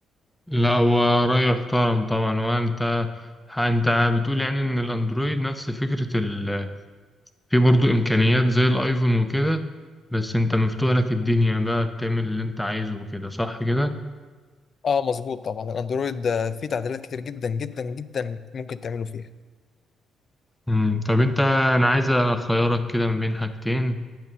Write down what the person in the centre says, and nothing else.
لا هو رأي محترم طبعا وانت انت بتقول يعني ان الاندرويد نفس فكرة ال في برضو امكانيات زي الايفون وكده بس انت مفتوح لك الدنيا بقى بتعمل اللي انت عايزه وكده صح كده
امم طب انت انا عايز اخيرك كده ما بين حاجتين